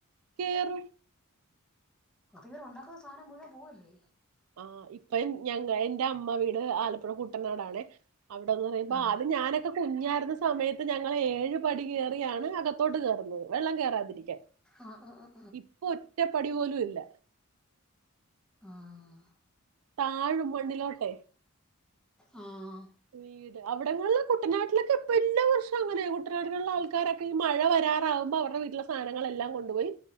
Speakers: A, on the right; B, in the centre.
A: കേറ
B: അത് ഇവരെ ഉണ്ടാക്കുന്ന സാധനം മുഴുവാൻ പോവല്ലേ
A: ആ ഇപ്പൊ ഞങ്ങ എന്റെ അമ്മ വീട് ആലപ്പുഴ കുൂട്ടനാടാണേ അവിടെന്ന് പറയുമ്പ
B: ആഹ്
A: അത് ഞാനൊക്കെ കുഞ്ഞായിരുന്ന സമയത്ത് ഞങ്ങൾ ഏഴ് പടി കയറിയാണ് അകത്തോട്ട് കയറുന്നത് വെള്ളം കേയറാതിരിക്കാൻ
B: ആഹ് ആഹ്
A: ഇപ്പൊ ഒറ്റപ്പടി പോലും ഇല്ല
B: ആഹ <unintelligible>
A: താഴും മണ്ണ്ടിലോട്ടെ
B: ആഹ
A: വീട് അവിടെങ്ങളള്ള കുട്ടനാട്ടിലൊക്കെ ഇപ്പ ഒരു വർഷം അങ്ങനെ കുട്ടനാട്ടിലുള്ള ആൾക്കാരൊക്കെ ഈ മഴ വരാറാവുമ്പോ അവടെ വീട്ടില സാധനങ്ങളെല്ലാം കൊണ്ടപ പോയി